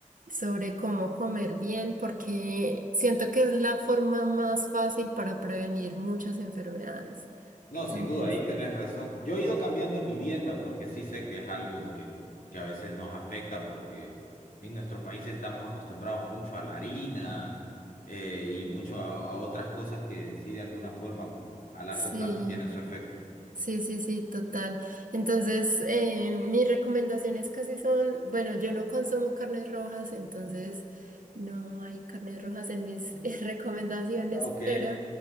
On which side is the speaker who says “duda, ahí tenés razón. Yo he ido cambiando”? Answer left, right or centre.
Left